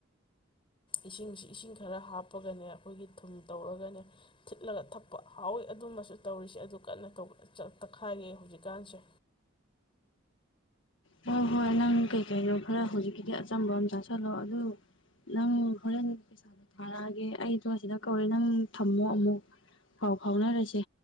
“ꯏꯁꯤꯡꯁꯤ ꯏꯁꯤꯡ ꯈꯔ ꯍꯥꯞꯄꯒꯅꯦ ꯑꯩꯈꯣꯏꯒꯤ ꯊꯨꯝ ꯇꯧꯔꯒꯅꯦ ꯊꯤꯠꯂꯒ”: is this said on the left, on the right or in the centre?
Left